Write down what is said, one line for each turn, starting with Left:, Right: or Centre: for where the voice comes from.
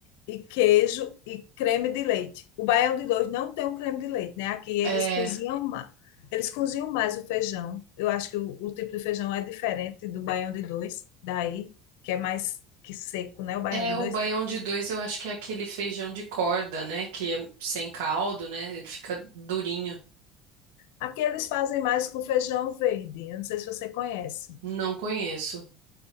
Left: e queijo e creme de leite. O baião de dois não tem o creme de leite, né? Aqui eles
Right: É,
Left: cozinham mais. Eles cozinham mais o feijão. Eu acho que o, o tipo de feijão é diferente do baião de dois, daí, que é mais que seco, né? O baião
Right: é
Left: de dois.
Right: o baião de dois, eu acho que é aquele feijão de corda, né? Que é sem caldo, né? Ele fica durinho.
Left: Aqui eles fazem mais com feijão verde. Eu não sei se você conhece.
Right: Não conheço.